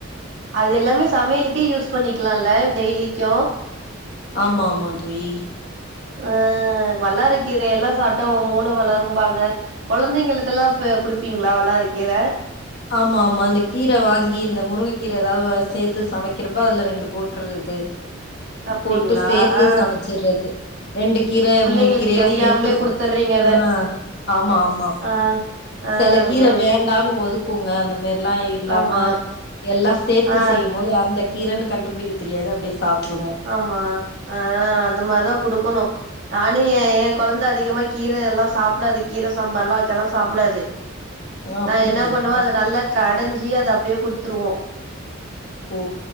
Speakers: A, on the right (about 60°); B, on the left (about 55°).
A: அது எல்லாமே சமயலுக்கே யூஸ் பண்ணிக்கலாம்ல்ல டெய்லிக்கு
B: ஆமா ஆமா தோழி
A: அஹ் வள்ளரக்கீரை எல்லா சாப்பட்ட மூளை வளருபாங்க கொழந்தைங்களுக்கெல்லா இ குடுப்பீங்களா வல்லார கிர
B: ஆம்மாமா அந்த கீர வாங்கி இந்த முருங்க கீர ஏதாவ்து சேத்து சமைக்கிறப்ப அதுல ரெண்டு போட்டறது
A: அப்டிங்களா
B: போட்டு சேத்து
A: ஆ
B: சமைச்சறது ரெண்டு கீரை
A: புள்ளைங்களுக்கு
B: மூணு கீரையா
A: தெரியாமலே
B: சேத்து சமைச்சு
A: குடுத்துர்றீங்க அத
B: ஆஹ ஆமா ஆம்மா
A: ஆ ஆ
B: சில கீர
A: ம்
B: வேண்டான்னு ஒதுக் க்குங்க அந்த மேர்ல்லா இல்லாம
A: ஆமா
B: எல்லா சேத்து
A: ஆ
B: செய்யும் போது அந்த கீரைன்னு கண்டுபிடிக்க தெரியாது அப்டியே சப்ட்ருவோ
A: ஆம்மா ஹ அந்த மார்தா குடுக்கணு நானு ஏ ஏ கொழந்த அதிகமா கீரல்லா சாப்டாது கீர சாம்பார் எல்லா வெச்சாலா சாப்டாது
B: ஆ அப்டிங்களா
A: அ என்ன பண்வோ அத நல்லா கடைஞ்சி அத அப்டியே குடுத்துருவோ
B: ஓ